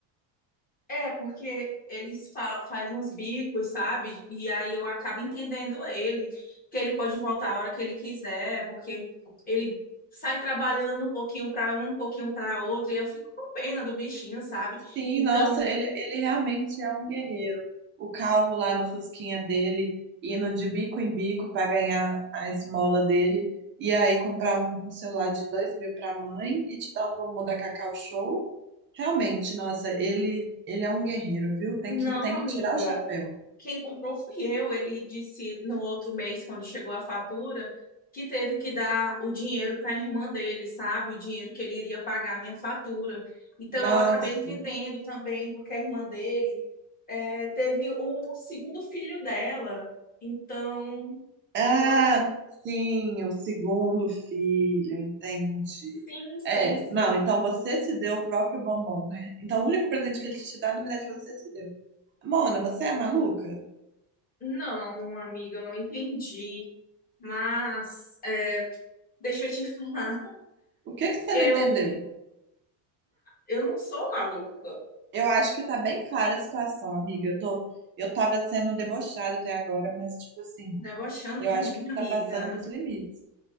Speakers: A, on the left; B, on the right.
A: É, porque eles fa faz uns bicos, sabe? E aí eu acabo entendendo ele, que ele pode voltar a hora que ele quiser, porque ele sai trabalhando um pouquinho para um, um pouquinho para outro, e eu fico com pena do bichinho, sabe?
B: Sim,
A: Então,
B: nossa, ele, ele realmente é um guerreiro. O calvo lá no fusquinha dele, indo de bico em bico para ganhar a esmola dele, e aí comprar um, um celular de dois mil para a mãe e te dar os bombom da Cacau Show. Realmente, nossa, ele, ele é um guerreiro, viu? Tem
A: não,
B: que, tem
A: amiga.
B: que tirar o chapéu.
A: quem comprou fui eu. Ele disse no outro mês, quando chegou a fatura, que teve que dar o dinheiro para a irmã dele, sabe? O dinheiro que ele iria pagar a minha fatura. Então
B: Nossa.
A: eu acabei entendendo também, porque a irmã dele é, teve o segundo filho dela. Então
B: Ah,
A: ela tá.
B: sim, o segundo filho, entendi.
A: Sim, sim,
B: É,
A: sim.
B: não, então você se deu o próprio bombom, né? Então o único presente que ele te dá, na verdade, você se deu. Mona, você é maluca?
A: Não, amiga, eu não entendi. Mas é, deixa eu te <laughs> falar,
B: O que que você
A: eu,
B: não entendeu?
A: eu não sou maluca.
B: Eu acho que tá bem clara a situação, amiga. Eu tô, eu tava sendo debochada até agora, mas tipo assim,
A: Debochando
B: eu
A: de
B: acho
A: mim,
B: que você
A: amiga.
B: tá passando dos limites.